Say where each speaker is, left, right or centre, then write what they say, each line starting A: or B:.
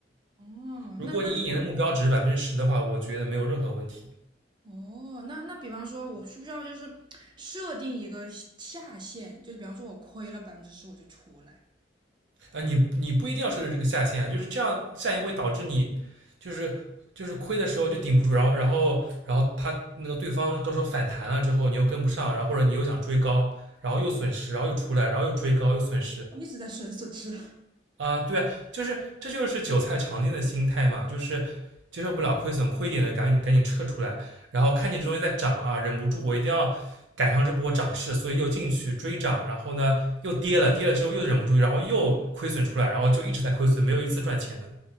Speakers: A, on the right (about 25°); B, on the right (about 85°).
A: 哦，
B: 如果你一年的目标值是百分之十的话，
A: 那那
B: 我觉得没有任何问题。
A: 哦，那那比方说，我需不需要就是设定一个下限？就是比方说，我亏了百分之十我就出来，
B: 啊，你你不一定要设置这个下限啊，就是这样下限会导致你就是就是亏的时候就顶不住，然后然后然后他那个对方到时候反弹了之后，你又跟不上，然后或者你又想追高，然后又损失，然后又出来，然后又追高又损失，
A: 我一直在损损失。<laughs>
B: 啊，对啊，就是这就是韭菜常见的心态嘛，就是接受不了亏损，亏一点的赶紧赶紧撤出来，然后看见这东西在涨啊，忍不住我一定要赶上这波涨势，所以又进去追涨，然后呢又跌了，跌了之后又忍不住，然后又亏损出来，然后就一直在亏损，没有一次赚钱的。